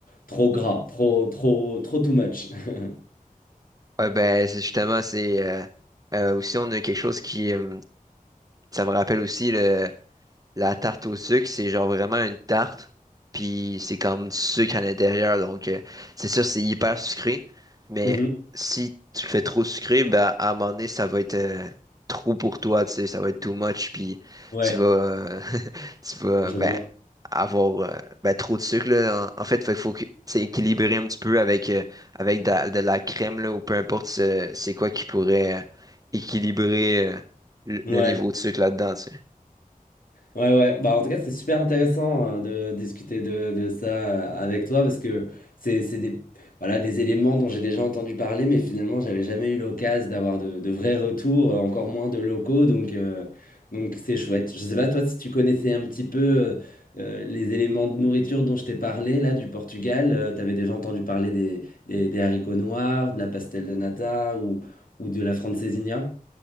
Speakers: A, on the left; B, on the right.
A: trop gras, trop, trop, trop too much. <laughs>
B: ouais ben c'est justement c'est euh, euh, aussi on a quelque chose qui euh, ça me rappelle aussi le La tarte au sucre, c'est genre vraiment une tarte, puis c'est comme du sucre à l'intérieur, donc euh, c'est sûr, c'est hyper sucré, mais
A: Mhm.
B: si tu le fais trop sucré, bah, à un moment donné, ça va être euh, trop pour toi, tu sais, ça va être too much, puis
A: Ouais,
B: tu vas, euh, <laughs> tu vas,
A: je
B: ben,
A: vois.
B: avoir euh, ben, trop de sucre, là. En, en fait, il faut que c'est équilibré un petit peu avec, euh, avec de, la de la crème, là, ou peu importe euh, c'est quoi qui pourrait euh, équilibrer euh, le,
A: Ouais.
B: le niveau de sucre là-dedans, tu sais.
A: Ouais, ouais. Bah, en tout cas, c'est super intéressant euh, de discuter de, de ça euh, avec toi parce que c'est c'est des, voilà, des éléments dont j'ai déjà entendu parler, mais finalement, j'avais jamais eu l'occasion d'avoir de, de vrais retours, euh, encore moins de locaux. Donc, euh, donc c'est chouette. Je sais pas, toi, si tu connaissais un petit peu euh, euh, les éléments de nourriture dont je t'ai parlé, là, du Portugal, euh, t'avais déjà entendu parler des, des, des haricots noirs, de la pastel de nata ou, ou de la francesinha?